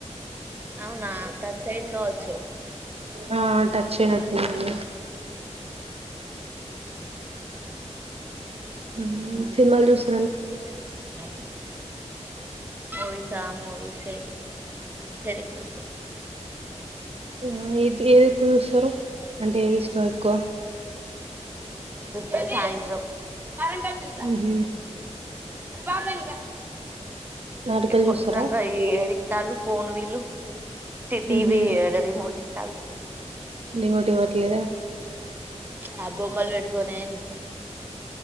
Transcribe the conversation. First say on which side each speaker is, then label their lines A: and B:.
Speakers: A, on the right (about 15°); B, on the right (about 55°).
A: అవునా టచ్ అయింది కావచ్చు
B: ఆ టచ్ అయినట్టుందండి ఉ సినిమాలు చూ
A: తిన్నారా అన్నం మూవిసా మూవిసే ఎక్కువ అప్పుడు చూసేది ఇప్పుడు తక్కు
B: ఉ ఏది ఎక్కువ చూస్తారు అంటే ఏది ఇష్టం ఎక్కువ
A: సీరియల్స్ చూత సాయంత్రం కరెంటోచ్చింది దా
B: మ్హూ.
A: అే బారుదాంద
B: నాటకాలు
A: ఇప్పుడు
B: చూస్తారా
A: దంక ఏడితాలు పోన్ పి లు సిటీ
B: మ్హూ.
A: వి ఆడ రిమోట్ ఇ చాలు
B: రిమోట్ ఇవ్వట్లేదా
A: ఆ బొమ్మల్ బేట్కోనే చూతర్